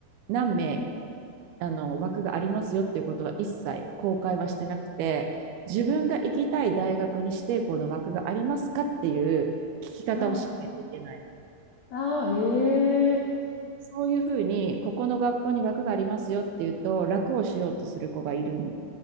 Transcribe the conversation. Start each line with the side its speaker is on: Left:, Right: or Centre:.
Right: 何名あの枠がありますよっていうことは一切公開はしてなくて自分が行きたい大学に指定校の枠がありますかっていう聞き方をしないといけない
Left: あー、ああ、へえ。
Right: そういうふうにここの学校に枠がありますよっていうと楽をしようとする子がいるっ